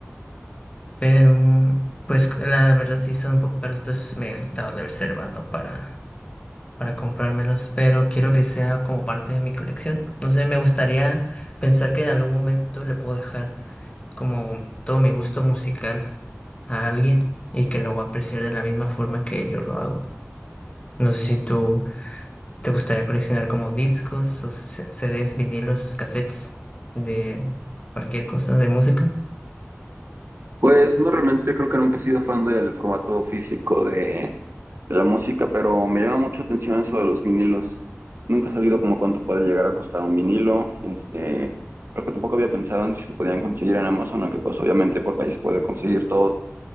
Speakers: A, on the left; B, on the right.
A: pero pues la verdad sí son un poco caros, entonces me estaba reservando para, para comprármelos, pero quiero que sea como parte de mi colección. No sé, me gustaría pensar que en algún momento le puedo dejar como todo mi gusto musical a alguien y que lo va a apreciar de la misma forma que yo lo hago. No sé si tú te gustaría coleccionar como discos o C- CDs, vinilos, cassettes de cualquier cosa de música.
B: Pues no, realmente creo que nunca he sido fan del formato físico de, de la música, pero me llama mucho atención eso de los vinilos. Nunca he sabido como cuánto puede llegar a costar un vinilo. Este, creo que tampoco había pensado en si se podían conseguir en Amazon, aunque pues obviamente por ahí se puede conseguir todo.